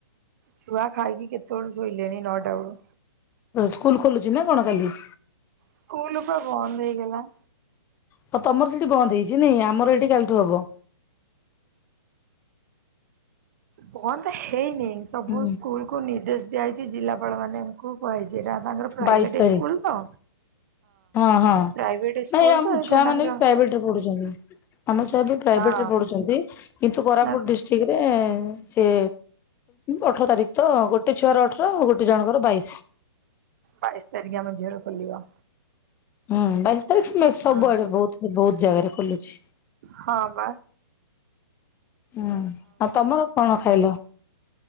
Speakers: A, on the right; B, on the left.
A: ଛୁଆ ଖାଇକି କେତେବେଳେ ଶୋଇଲେଣି ନଟା ବେଳୁ।
B: ସ୍କୁଲ ଖୋଲୁଛି ନା କଣ କାଲି।
A: ସ୍କୁଲ ପା ବନ୍ଦ ହେଇ ଗଲା।
B: ହଉ ତମର ସେଠି ବନ୍ଦ ହେଇଛି ନାଇ ଆମର ଏଠି କାଲିଠୁ ହେବ।
A: ବନ୍ଦ ହେଇନି ସବୁ
B: ହୁଁ
A: ସ୍କୁଲ କୁ ନିର୍ଦ୍ଦେଶ ଦିଆହାଇଛି। ଜିଲ୍ଲାପାଳ ମାନେ ଖୁବ କୁହାହୋଇଛି ଏଇଟା ତାଙ୍କର ପ୍ରାଇଭେଟ
B: ବାଇଶି ତାରିଖ
A: ସ୍କୁଲ ତ
B: ହଁ ହଁ
A: ପ୍ରାଇଭେଟ ସ୍କୁଲ
B: ନାଇଁ ଆମ
A: ତ ଏଇଟା
B: ଛୁଆ
A: ତାଙ୍କର
B: ମାନେ ବି ପ୍ରାଇଭେଟ ରେ ପଢୁଛନ୍ତି। ଆମ ଛୁଆ ବି ପ୍ରାଇଭେଟରେ
A: ହଁ
B: ପଢୁଛନ୍ତି କିନ୍ତୁ କୋରାପୁଟ
A: ନା
B: ଡିଷ୍ଟ୍ରିକରେ ସେ ଅଠର ତାରିଖ ତ ଗୋଟେ ଛୁଆର ଅଠର ଆଉ ଗୋଟେ ଜଣଙ୍କର ବାଇଶ।
A: ବାଇଶ ତାରିଖ ଝିଅର ଖୋଲିବ।
B: ହୁଁ ବାଇଶ ତାରିଖ ସବୁଆଡେ
A: ହୁଁ
B: ବହୁତ ବହୁତ ଜାଗାରେ ଖୋଲୁଛି।
A: ହଁ ବା
B: ହୁଁ ଆଉ ତମର କଣ ଖାଇଲ?